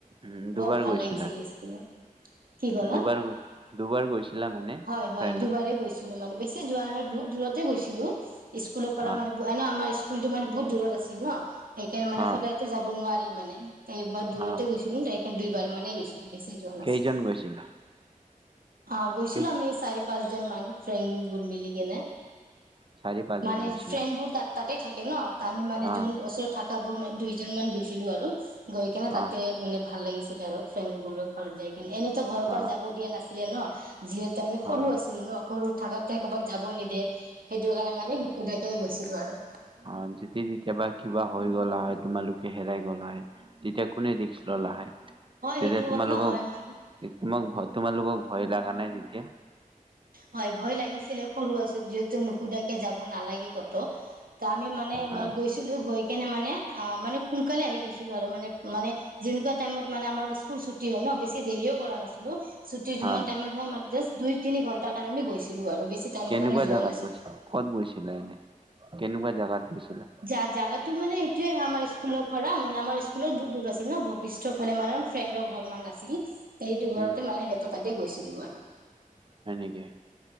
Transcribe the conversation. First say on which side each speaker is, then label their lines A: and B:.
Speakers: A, on the right; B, on the right.
A: উম দুবাৰ
B: বৰ ভাল
A: গৈছিলা
B: লাগিছিলে স্কুলত। কি ক'লা,
A: দুবাৰ গৈ দুবাৰ গৈছিলা মানে
B: হয়, হয়,
A: ফ্ৰেণ্ডৰ
B: দুবাৰে গৈছো। মানে বেছি যোৱা নাই, বহুত দূৰতে গৈছিলো, স্কুলৰ পৰা
A: অ
B: মানে এনেও আমাৰ স্কুলটো মানে, বহুত দূৰত আছিল ন। সেইকাৰণে, মানে
A: অ
B: সদায়তো যাব নোৱাৰি, মানে ত' মই দূৰতে
A: অ
B: গৈছিলো, ডাইৰেক্ট দুইবাৰ মানে গৈছিলো, বেছি যোৱা নাছিলো
A: কেইজন গৈছিলা?
B: অ', গৈছিলো
A: কি
B: আমি, চাৰি, পাঁচজন মান ফ্ৰেণ্ড মিলি কিনে।
A: চাৰি পাঁচজন
B: মানে
A: গৈছিলা
B: ফ্ৰেণ্ডবোৰ তাত তাতে থাকে ন', তাৰ মানে
A: অ
B: যোন ওচৰত, থাকাবোৰ দুইজন মান গৈছিলো আৰু। গৈ কেনে,
A: অহ
B: তাতে মানে ভাল লাগিছিলে আৰু, ফ্ৰেণ্ডবোৰৰ ঘৰত যাই কেনে এনে। ত' ঘৰৰ পৰা
A: অহ
B: যাব দিয়া নাছিলে ন, যিহেতু আমি সৰু
A: অহ
B: আছিলো ন'। সৰু থাকাতে ক'ৰবাত যাব নিদিয়ে, সেইটো কাৰণে মানে নুসোধাকে গৈছিলো আৰু।
A: অ', যদি তেতিয়া বা কিবা হৈ গ'লা হয়, তোমালোকে হেৰাই গ'লা হয়। তেতিয়া, কোনে ৰিক্স ল'লা হয়।
B: হয়
A: তেতিয়া,
B: সেইটো
A: তোমালোকক
B: কথা হয় মানে
A: তোমাক ভয়, তোমালোকক ভয় লাগা নাই তেতিয়া।
B: হয় ভয় লাগিছিলে, সৰু আছোঁ যিহেত নুসোধাকে যাব নালাগে ক'তো ত' আমি মানে
A: হা
B: গৈছিলোঁ গৈ কেনে মানে অ' মানে সোনকালে আহি গৈছিলোঁ আৰু মানে মানে যেনেকুৱা টাইমত মানে আমাৰ স্কুল ছুটি হয় ন' বেছি দেৰিও কৰা নাছিলোঁ। ছুটিত যিমান
A: হা
B: টাইমত হয় আমি জাষ্ট দুই তিনি ঘণ্টাৰ কাৰণে আমি গৈছিলোঁ আৰু, বেছি টাইমৰ
A: কেনেকুৱা
B: কাৰণে যোৱা
A: জাগাত
B: নাছিলোঁ।
A: গৈছা ক'ত গৈছিলা এনেই, কেনেকুৱা জেগাত গৈছিলা?
B: জা-জাগাতো মানে এইটোয়ে হয় আমাৰ স্কুলৰ পৰা মানে স্কুলত বহুত দূৰ আছিল ন' বৈশিষ্টৰ ফালে মানে ফ্ৰেণ্ডৰ ঘৰ মান আছিল তে সেইটো ঘৰতে
A: উম
B: মানে সিহঁতৰ তাতে গৈছিলোঁ মানে।
A: হয় নেকি,